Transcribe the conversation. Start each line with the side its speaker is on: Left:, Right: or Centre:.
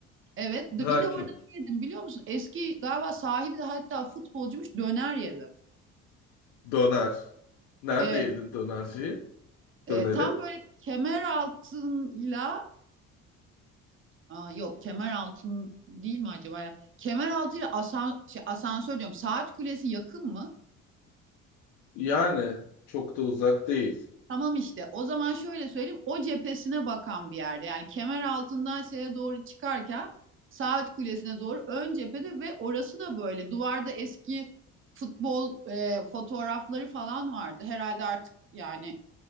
Right: Evet. de-
Left: Ha
Right: Bir de
Left: ki
Right: orada ne yedim biliyor musun? Eski galiba sahibi de hatta futbolcuymuş döner yedim.
Left: döner. Nerede
Right: Evet.
Left: yedin dönerciyi?
Right: e,
Left: Döneri.
Right: tam böyle kemer altıyla Aa, yok kemer altın değil mi acaba ya? Kemer altıyla asan, şey, asansör diyorum. Saat kulesi yakın mı?
Left: Yani çok da uzak değil.
Right: Tamam işte o zaman şöyle söyleyeyim o cephesine bakan bir yerde yani kemer altından şeye doğru çıkarken Saat Kulesi'ne doğru ön cephede ve orası da böyle duvarda eski futbol e, fotoğrafları falan vardı. Herhalde artık yani